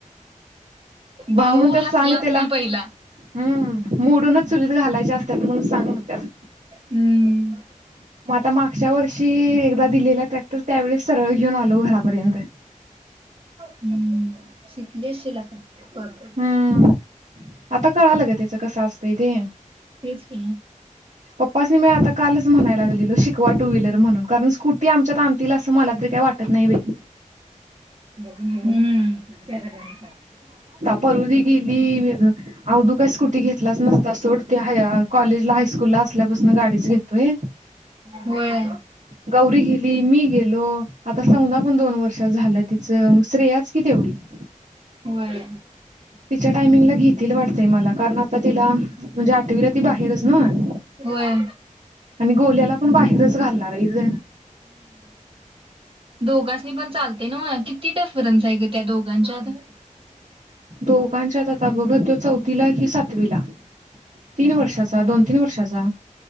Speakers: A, on the right; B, on the right.
A: भाऊ
B: म्हणतात
A: हसला
B: सांग
A: असतील
B: त्याला
A: पहिला.
B: हम्म मोडूनच चुलीत घालायचे असतात म्हणून सांग म्हणतात.
A: हम्म.
B: मग आता मागच्या वर्षी एकदा दिलेला ट्रॅक्टर त्यावेळेस सरळ. घेऊन आलो घरापर्यंत.
A: हम्म शिकली अशिल आता बग.
B: हम्म आता कळालं ग त्याच कस असतय ते.
A: तेच की
B: पप्पासनी मी आता कालच म्हणायला लागलेलो शिकवा टू व्हीलर म्हणून. कारण स्कूटी आमच्यात आणतील असं मला तरी काही वाटत नाही बाई.
A: हम्म.
B: पलू दी गेली वेगळी कड अवधू काय स्कुटी घेतलाच न सोड कॉलेज ला हायस्कूल ला असल्यापासून गाडीच घेतोय.
A: होय.
B: गौरी गेली मी गेलो आता सौंदा पण दोन वर्षात झालं तिचं मग श्रेयाच कि तेवढी. <inaudible>
A: होय.
B: तिच्या टायमिंगला घेतील वाटतय मला, कारण आता तिला म्हणजे आठवीला ती बाहेरच नव.
A: होय.
B: आणि गोल्याला पण बाहेरच घालणार आहेत
A: दोघांच्सनी पण चालतय नव्ह किती डिफरन्स आहे ग त्या दोघांच्यात.
B: दोघांच्या आता बघ तो चौथीला ति सातवीला तीन वर्षाचा दोन. तिन वर्षाचा.